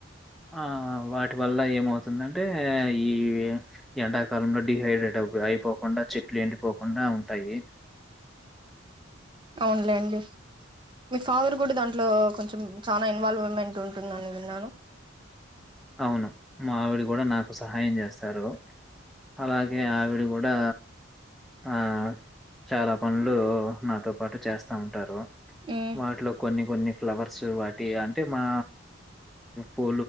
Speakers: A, in the centre; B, on the right.
A: ఆ! వాటి వల్ల ఏమవుతుందంటే ఈ ఎండాకాలంలో డిహైడ్రేట్ అ అయిపోకుండా చెట్లు ఎండిపోకుండా ఉంటాయి
B: అవునులే అండి మీ ఫాదర్ కూడా దాంట్లో కొంచెం చాలా ఇన్వాల్వ్మెంట్ ఉంటుందని విన్నాను
A: అవును మా ఆవిడి కూడా నాకు సహాయం చేస్తారు అలాగే ఆవిడ కూడా ఆ చాలా పనులు నాతో పాటు చేస్తా ఉంటారు
B: ఉమ్
A: వాటిలో కొన్ని కొన్ని ఫ్లవర్స్ వాటి అంటే మా పో